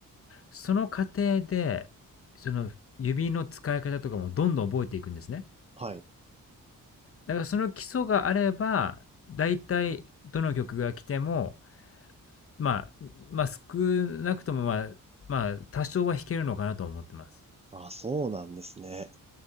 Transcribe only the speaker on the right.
はい。
あ、そうなんですね。